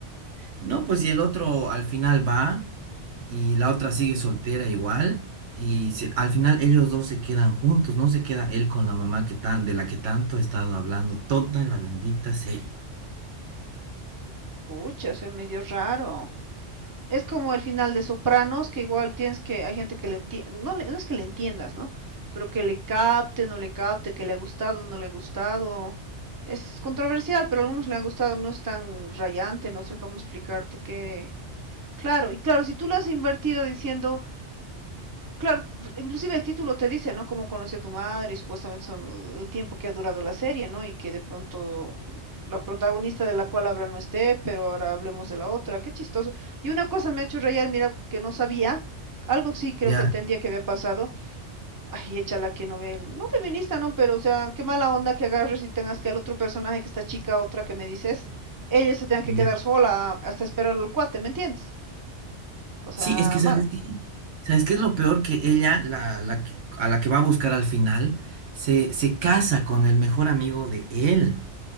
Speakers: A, on the right; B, on the right.
A: No, pues y el otro al final va y la otra sigue soltera igual. Y se- al final ellos dos se quedan juntos, no se queda él con la mamá que tan, de la que tanto ha estado hablando toda la bendita serie.
B: pucha, se medio raro. Es como el final de Sopranos, que igual tienes que, hay gente que le entiende, no, le- no es que le entiendas, ¿no? Pero que le capte, no le capte, que le ha gustado, no le ha gustado. Es controversial, pero a algunos le ha gustado, no es tan rayante, no sé cómo explicarte que... Claro, y claro, si tú le has invertido diciendo, Claro, inclusive el título te dice, ¿no? Cómo conocí a tu madre y supuestamente son el tiempo que ha durado la serie, ¿no? Y que de pronto mm, la protagonista de la cual habla no esté, pero ahora hablemos de la otra. Qué chistoso. Y una cosa me ha hecho rayar, mira, que no sabía, algo sí creo
A: Ya,
B: que entendía que había pasado. Ay, échala que no ve, no feminista, ¿no? Pero, o sea, qué mala onda que agarres y tengas que al otro personaje, que esta chica, otra que me dices, ella se tenga que quedar
A: ya.
B: sola hasta esperar al cuate, ¿me entiendes? O sea,
A: Sí, es que ¿sabes
B: mal.
A: qué? ¿Sabes qué es lo peor? Que ella, la, la que- a la que va a buscar al final, se, se casa con el mejor amigo de él.